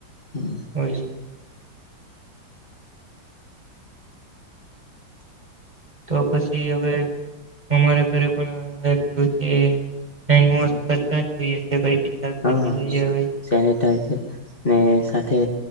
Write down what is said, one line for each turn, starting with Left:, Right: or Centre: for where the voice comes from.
Left: હમ
Right: હોય છે હ તો પછી હવે? અમારા ઘરે પણ કરતાએ. ચાઈ પતિ
Left: હા
Right: લિયાવે.
Left: સેનિટાઈઝર ને સાથે